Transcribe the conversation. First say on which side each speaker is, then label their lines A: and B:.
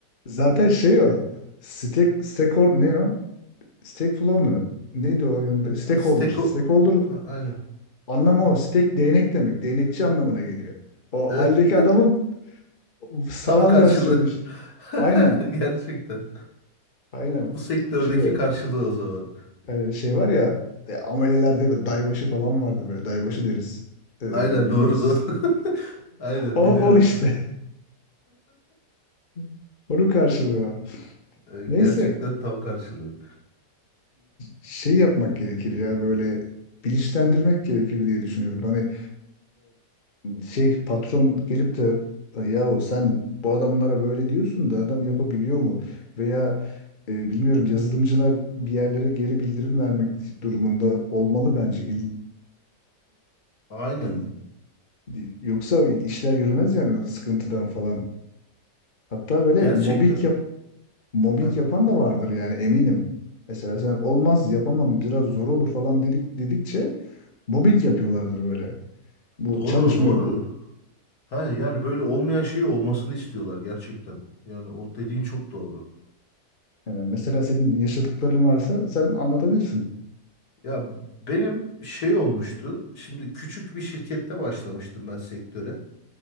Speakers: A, on the left; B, on the left.
A: zaten şey o. Stake, stakeholder ne o? Stake flow mu? Neydi o yanında? Stakeholder.
B: <laughs> Steko...
A: Stakeholder
B: Ha, aynen.
A: Anlamı o. Steak değnek demek. Değnekçi anlamına geliyor. O
B: <laughs>
A: haldeki adamın sanal
B: Tam karşılığı.
A: versiyonu işte.
B: <laughs>
A: Aynen.
B: Gerçekten.
A: Aynen.
B: Bu sektördeki
A: Şu
B: karşılığı o zaman.
A: e, şey var ya e, amelelerde bir daybaşı falan vardı böyle. Daybaşı deriz. E,
B: Aynen
A: bilmiyorum
B: doğru
A: siz.
B: doğru. <laughs>
A: <laughs>
B: Aynen
A: O,
B: biliyorum.
A: o işte. <laughs> onu karşılıyor.
B: E,
A: Neyse
B: Gerçekten tam karşılığı.
A: şey yapmak gerekir ya böyle bilinçlendirmek gerekir diye düşünüyorum. Hani şey patron gelip de yahu sen bu adamlara böyle diyorsun da adam yapabiliyor mu? Veya e, bilmiyorum yazılımcılar bir yerlere geri bildirim vermek durumunda olmalı bence. İl-
B: Aynen.
A: il- e, Yoksa işler yürümez yani o sıkıntıdan falan. Hatta böyle
B: Gerçekten.
A: mobbing yap mobbing
B: Heh.
A: yapan da vardır yani eminim. Mesela sen olmaz yapamam biraz zor olur falan dedik dedikçe mobbing yapıyorlardır böyle. Bu
B: Doğru,
A: çalışmıyor
B: doğru.
A: bu.
B: Ha, yani böyle olmayan şey olmasını istiyorlar gerçekten. Yani o dediğin çok doğru.
A: Yani mesela senin yaşadıkların varsa sen anlatabilirsin.
B: Ya benim şey olmuştu. Şimdi küçük bir şirkette başlamıştım ben sektöre.